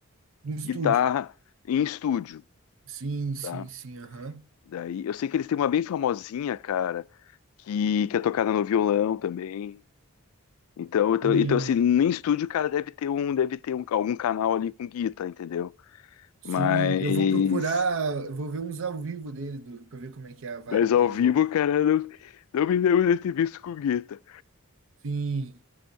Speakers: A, on the right; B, on the left.
A: No estúdio.
B: guitarra em estúdio,
A: Sim, sim,
B: tá?
A: sim, aham.
B: Daí, eu sei que eles têm uma bem famosinha, cara, que, que é tocada no violão também. Então, então,
A: Sim,
B: então assim, nem estúdio o cara deve ter um, deve ter um, algum canal ali com guitarra, entendeu?
A: sim,
B: Mas,
A: eu vou procurar, eu vou ver uns ao vivo dele, do, pra ver como é que é a vibe
B: mas ao
A: deles
B: vivo,
A: ao vivo.
B: cara, não, não me lembro de ter visto com guitarra.
A: Sim,